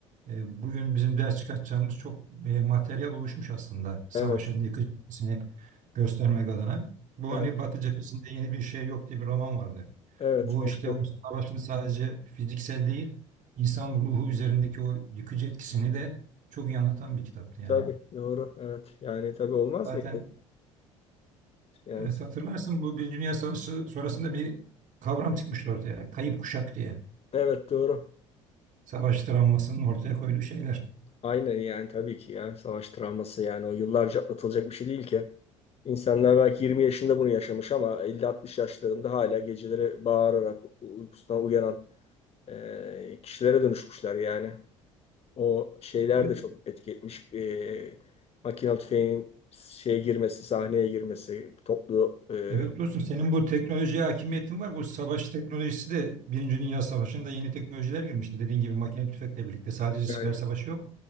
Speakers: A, on the right; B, on the left.
A: e, bugün bizim ders çıkartacağımız çok e, materyal oluşmuş aslında savaşın
B: evet,
A: yıkıcı etkisini göstermek adına. Bu
B: evet,
A: hani Batı cephesinde yeni bir şey yok diye bir roman vardı.
B: evet.
A: Bu
B: Meşhur.
A: işte o savaşın sadece fiziksel değil, insan ruhu üzerindeki o yıkıcı etkisini de çok iyi anlatan bir kitaptı yani.
B: Tabii, doğru. Evet. Yani tabii olmaz
A: Zaten
B: mıydı? Yani
A: Evet, hatırlarsın bu Birinci Dünya Savaşı sonrasında bir kavram çıkmıştı ortaya. Kayıp kuşak diye.
B: Evet doğru.
A: Savaş travmasının ortaya koyduğu şeyler.
B: Aynen yani tabii ki ya. Savaş travması yani o yıllarca atlatılacak bir şey değil ki. İnsanlar belki 20 yaşında bunu yaşamış ama 50-60 yaşlarında hala geceleri bağırarak u- uykusundan uyanan e, kişilere dönüşmüşler yani. O şeyler
A: Evet,
B: de çok etki etmiş. E, makinalı tüfeğin şeye girmesi, sahneye girmesi, toplu e,
A: evet dostum senin bu teknolojiye hakimiyetin var. Bu savaş teknolojisi de Birinci Dünya Savaşı'nda yeni teknolojiler girmişti. Dediğin gibi makine tüfekle birlikte sadece siper
B: yani
A: savaşı yok.